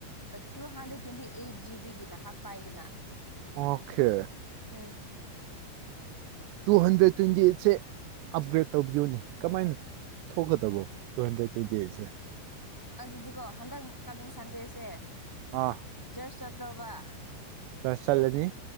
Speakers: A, in the centre; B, on the right.
A: ꯇꯨ ꯍꯟꯗ꯭ꯔꯦꯠ ꯇ꯭ꯋꯦꯟꯇꯤ ꯑꯩꯏꯠ ꯖꯤꯕꯤꯒꯤꯅ ꯍꯥꯞꯄꯥ ꯑꯩꯒꯤꯅ
B: ꯑꯣꯀꯦ
A: ꯎꯝ
B: ꯇꯨ ꯍꯟꯗ꯭ꯔꯦꯗ ꯇ꯭ꯋꯦꯟꯇꯤ ꯑꯩꯏꯠꯁꯦ ꯑꯞꯒ꯭ꯔꯦꯗ ꯇꯧꯕꯤꯌꯣꯅꯦ ꯀꯃꯥꯏꯅ ꯊꯣꯛꯀꯗꯕꯣ ꯇꯨ ꯍꯟꯗ꯭ꯔꯦꯠ ꯇ꯭ꯋꯦꯟꯇꯤ ꯑꯩꯠꯁꯦ
A: ꯑꯗꯨꯗꯤꯀꯣ ꯍꯟꯗꯛ ꯀꯃꯤꯡ ꯁꯟꯗꯦꯁꯦ
B: ꯑꯥ
A: ꯆꯔꯆ ꯆꯠꯂꯣꯕ
B: ꯆꯔꯁ ꯆꯠꯂꯅꯤ